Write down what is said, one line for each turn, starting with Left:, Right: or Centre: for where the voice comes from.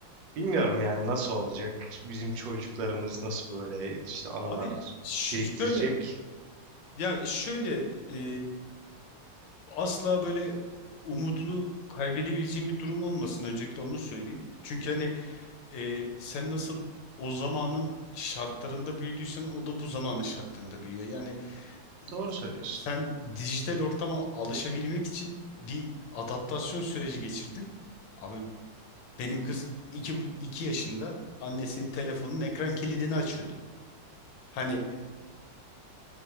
Right: bilmiyorum yani nasıl olacak. Bizim çocuklarımız nasıl böyle işte anılar
Left: Abi ş-
Right: biriktirecek.
Left: şöyle ya şöyle e, asla böyle umudunu kaybedebileceğin bir durum olmasın. Öncelikle onu söyleyeyim. Çünkü hani e, sen nasıl o zamanın şartlarında büyüdüysen o da bu zamanın şartlarında büyüyor. Yani e,
Right: Doğru söylüyorsun.
Left: sen dijital ortama alışabilmek için bir adaptasyon süreci geçirdin. Abi benim kız iki, bu- iki yaşında annesinin telefonun ekran kilidini açıyordu. Hani